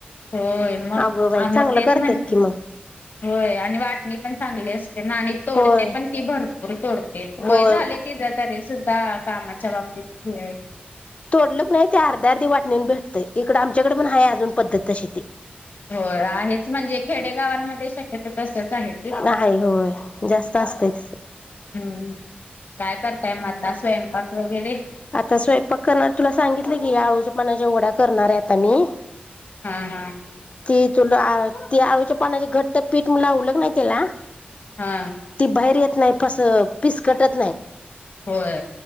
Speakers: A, on the left (about 55°); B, on the left (about 35°).
A: होय मग
B: अगो बाई
A: आ मग
B: चांगलं
A: तेच
B: करतात
A: म्हण
B: कि मग
A: होय आणि वाटणी पण चांगली असते ना तोडते
B: होय
A: पण ती भरपूर तोडते
B: होय
A: वय झाले तिच्या तरी सुद्धा कामाच्या बातीत क
B: तोडलकनी नाही ते अर्ध्या अर्धी वाटणीून भेटतंय इकडं आमच्याकडे पण आहे अजून पद्धत तशी ते
A: हो आहेच म्हणजे खेडेगावांमध्ये शक्यतो तसच आहे ते
B: नाही होय जास्त असतेच
A: हम्म काय करताय म आता स्वयंपाक वगैरे
B: आता स्वयंपाक करणार तुला सांगितलं की आळूच्यपणाच्या वढ्या करणार आहे आता मी
A: हा हा
B: ते तु त आळूच्या पानाचे घट तर पीठ लावलं की त्याला
A: हा
B: ती बाहेर येत नाही फिसकटत नाही
A: होय